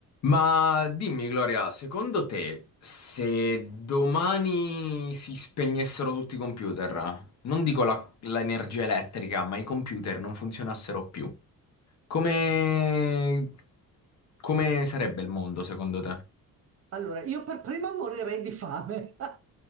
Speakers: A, on the left; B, on the right.
A: Ma dimmi, Gloria, secondo te, se domani si spegnessero tutti i computer, non dico la- l'energia elettrica, ma i computer non funzionassero più, come... come sarebbe il mondo secondo te?
B: Allora, io per prima morirei di fame. <laughs>